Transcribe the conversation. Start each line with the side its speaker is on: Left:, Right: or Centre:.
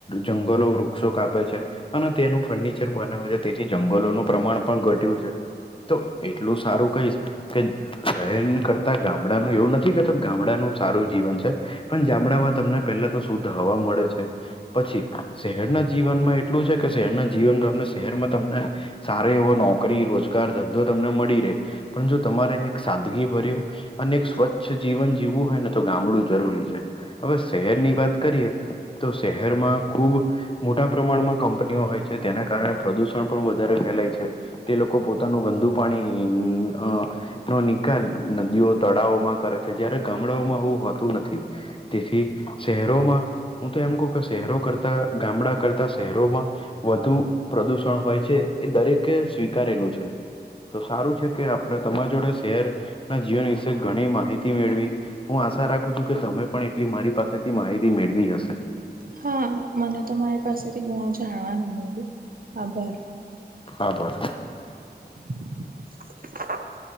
Left: જંગલો, વૃક્ષો કાપે છે. અને તેનું ફર્નિચર બનાવે છે તેથી જંગલોનું પ્રમાણ પણ ઘટ્યું છે. તો એટલું સારું કઈશ કે શહેર કરતા ગામડાનું એવું નથી કેતો ગામડાનું સારૂ જીવન છે પણ ઞામડામાં તમને પહેલા તો શુદ્ધ હવા મળે છે, પછી શહેરના જીવનમાં એટલુ એટલું છે કે શહેરના જીવનમાં શહેરમાં તમને સારો એવો નોકરી, રોજગાર-ધંધો તમને મળી રહે, પણ જો તમારે એક સાદગીભર્યું અને એક સ્વચ્છ જીવન જીવવું હોય ને તો ગામડું જરૂરી છે. હવે શહેરની વાત કરીએ તો શહેરમાં ખુબ મોટા પ્રમાણમાં કંપનીઓ હોય છે તેના કારણે પ્રદુષણ પણ વધારે ફેલાય છે. તે લોકો પોતાનું ગંદુ પાણી અ.... નો નિકાલ નદીઓ, તળાવોમાં કરે છે જયારે ગામડાઓમાં આવું હોતું નથી. તેથી શહેરોમાં હું તો એમ કહુ કે શહેરો કરતા ગામડા કરતા શહેરોમાં વધુ પ્રદુષણ હોય છે એ દરેકે સ્વીકારેલું છે. તો સારું છે કે આપ તમારી જોડે શહેરના જીવન વિશે ઘણી માહિતી મેળવી હું આશા રાખું છું કે તમે પણ એટલી મારી પાસેથી માહિતી મેળવી હશે.
Right: હા, મને તમારી પાસેથી ઘણું જાણવાનું મળ્યું. આભાર!
Left: આભાર.
Right: <inaudible>